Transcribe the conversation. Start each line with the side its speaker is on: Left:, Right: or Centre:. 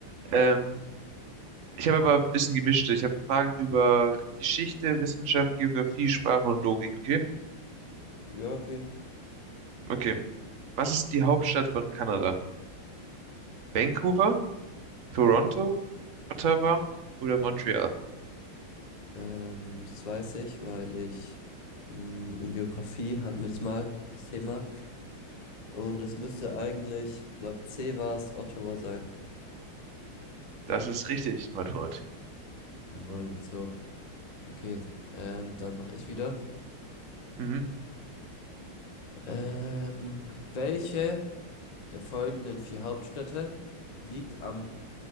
Right: Ähm, ich habe aber ein bisschen gemischt. Ich habe Fragen über Geschichte, Wissenschaft, Geografie, Sprache und Logik, okay?
Left: Ja, okay.
Right: Okay. Was ist die Hauptstadt von Kanada? Vancouver, Toronto, Ottawa oder Montreal?
Left: Ähm, das weiß ich, weil ich mh, in Geografie hatten wir das mal, das Thema. Und es müsste eigentlich, ich glaube, C war es, Ottawa sein.
Right: Das ist richtig, mein Freund.
Left: Jawohl, let's go. Okay, ähm, dann mache ich wieder.
Right: Mhm.
Left: Ähm, welche der folgenden vier Hauptstädte liegt am